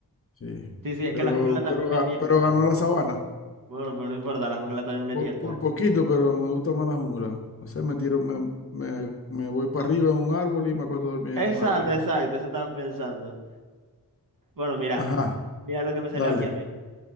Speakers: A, on the left; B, on the right.
A: Sí.
B: Sí, sí, es
A: Pero,
B: que la jungla también
A: pero,
B: me
A: ga-
B: tienta.
A: pero ganó la sabana.
B: Bueno, pero no importa, la jungla también me
A: Por,
B: tienta.
A: por poquito, pero me gusta más la jungla. O sea, me tiro, me, me, me voy para arriba en un árbol y me acuesto a dormir
B: Exacto,
A: en un árbol.
B: exacto, eso estaba pensando. Bueno, mira,
A: Ajá,
B: mira lo que me salió
A: dale.
B: aquí a mí.